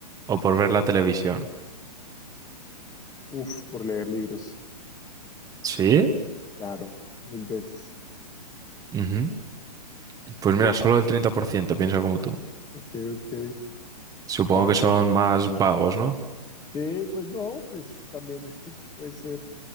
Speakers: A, on the right (about 15°); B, on the left (about 15°).
A: O por ver la televisión.
B: Uf, por leer libros,
A: ¿Sí?
B: claro, mil veces.
A: Ujú. Pues mira, solo el 30% piensa como tú.
B: Ok, ok.
A: Supongo
B: A ver,
A: que son más vagos, ¿no?
B: sí, pues no, pues también es que puede ser,